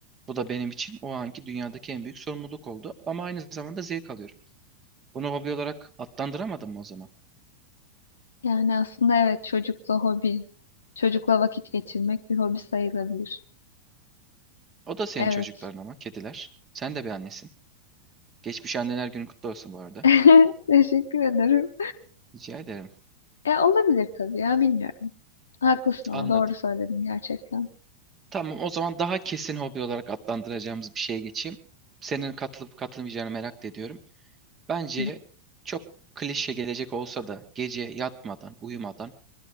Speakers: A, on the right (about 25°); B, on the left (about 70°).
A: Bu da benim için o anki dünyadaki en büyük sorumluluk oldu ama aynı zamanda zevk alıyorum. Bunu hobi olarak adlandıramadım mı o zaman?
B: Yani aslında evet çocukla hobi, çocukla vakit geçirmek bir hobi sayılabilir.
A: O da senin
B: Evet.
A: çocukların ama kediler. Sen de bir annesin. Geçmiş anneler günü kutlu olsun bu arada.
B: <laughs> Teşekkür ederim.
A: Rica ederim.
B: E, olabilir tabii ya bilmiyorum. Haklısın ama
A: Anladım.
B: doğru söyledim gerçekten.
A: Tamam o zaman daha kesin hobi olarak adlandıracağımız bir şeye geçeyim. Senin katılıp katılmayacağını merak da ediyorum. Bence
B: Hı.
A: çok klişe gelecek olsa da gece yatmadan, uyumadan